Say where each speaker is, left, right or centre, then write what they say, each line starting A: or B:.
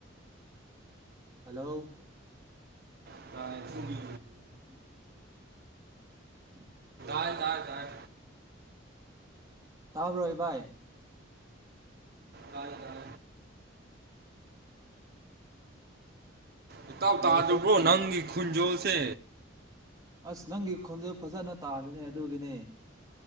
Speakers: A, on the right; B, on the right.
A: ꯍꯜꯂꯣ
B: <inaudible>
A: ꯎꯝ <unintelligible>
B: ꯥꯏ ꯂ ꯥꯏ
A: ꯇꯥꯕ꯭ꯔꯣ ꯏ ꯚꯥꯏ
B: ꯑ ꯎꯇꯥꯎ
A: ꯍꯜꯂꯣ
B: ꯇꯥꯗꯕ꯭ꯔꯣ ꯅꯪꯒꯤ ꯈꯨꯟꯖꯣꯜꯁꯦ
A: ꯑꯁ ꯅꯪꯒꯤ ꯈꯣꯟꯖꯦꯟ ꯐꯖꯅ ꯇꯥꯗꯦꯅꯦ ꯑꯗꯨꯒꯤꯅꯦ